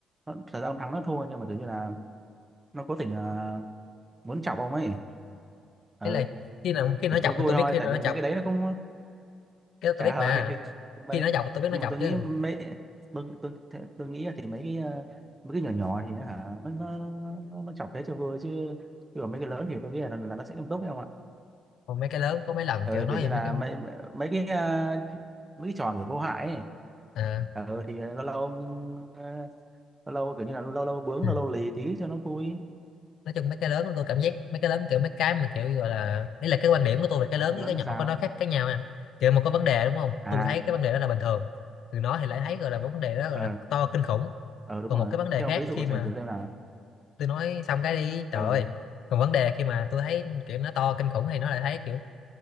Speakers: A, on the right; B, on the left.
A: nó thời gian ông thắng nó thua nhưng mà kiểu như là nó cố tình à, muốn chọc ông ấy ừ
B: đấy là khi nào khi nó
A: để cho
B: chọc
A: vui
B: thì tôi
A: thôi
B: biết khi
A: tại
B: nào
A: vì
B: nó
A: mấy
B: chọc
A: cái đấy nó cũng
B: cái đó tôi
A: trả
B: biết
A: lời
B: mà
A: <laughs> mấy
B: khi nó chọc thì tôi biết
A: nhưng
B: nó chọc
A: mà tôi
B: chứ
A: nghĩ mấy tôi tôi thế- tôi nghĩ là thì mấy cái ờ, mấy cái nhỏ nhỏ thì nó hả nó nó nó nó, nó chọc thế cho vui chứ chứ còn mấy cái lớn thì tôi nghĩ là, là nó sẽ nghiêm túc đấy không ạ
B: còn mấy cái lớn có mấy lần
A: ừ,
B: kiểu nói
A: kiểu như
B: về
A: là
B: mấy cái
A: mấy mấy mấy cái ờ, mấy cái trò kiểu vô hại ấy.
B: à,
A: ừ, thì lâu lâu ờ, lâu lâu kiểu như là lâu lâu bướng
B: ừ.
A: lâu lâu lì tí cho nó vui
B: nói chung mấy cái lớn tôi cảm giác mấy cái lớn kiểu mấy cái mà kiểu gọi là đấy là cái quan điểm của tôi về cái lớn
A: lớn
B: với cái
A: là
B: nhỏ
A: sao
B: có nó khác cái nhau nha kiểu mà có vấn đề đúng không
A: à
B: tôi thấy cái vấn đề đó là bình thường từ nó thì lại thấy gọi là vấn đề đó gọi
A: ờ
B: là to kinh khủng
A: ờ đúng
B: còn
A: rồi
B: một cái vấn đề
A: thế ông
B: khác
A: ví dụ
B: khi
A: xem
B: mà
A: thử xem nào
B: tôi nói xong cái đi trời
A: Ờ
B: ơi còn vấn đề khi mà tôi thấy kiểu nó to kinh khủng thì nó lại thấy kiểu